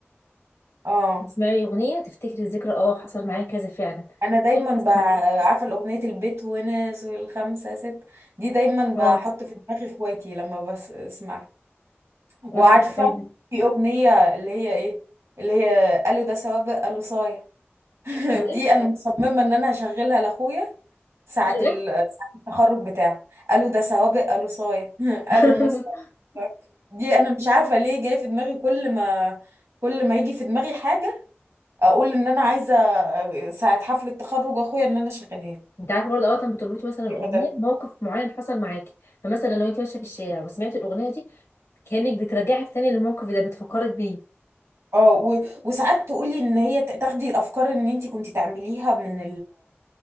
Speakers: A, on the right; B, on the left.
A: اه
B: تسمعي اغنيه تفتكري الذكرى اه حصل معايا كذا فعلا
A: انا
B: طب
A: دايما
B: طب حصل
A: ب...
B: معايا
A: عارفه الاغنيه البيت وناس الخمسه ست دي دايما بحط
B: اه
A: في دماغي اخواتي لما بسمعها وعارفة
B: اه حلو قوي
A: في أغنية اللي هي إيه اللي هي قالوا ده سوابق قالوا صايع <laughs>
B: قالوا ايه
A: دي أنا مصممة إن أنا هشغلها لأخويا ساعة
B: قالوا
A: ال... ساعة التخرج بتاعه قالوا ده سوابق قالوا صايع <laughs> قالوا
B: ايه
A: موسى
B: <laughs>
A: دي أنا مش عارفة ليه جاي في دماغي كل ما كل ما يجي في دماغي حاجة أقول إن أنا عايزة ساعة حفلة تخرج أخويا إن أنا أشغلها له
B: انت عارفه برضه اوقات بتربطي مثلا الاغنيه
A: لما تلف-
B: بموقف معين حصل معاكي فمثلا لو انت ماشيه في الشارع وسمعتي الاغنيه دي كانك بترجعك تاني للموقف ده بتفكرك بيه
A: اه و... وساعات تقولي ان هي ت- تاخدي الافكار ان انت كنت تعمليها من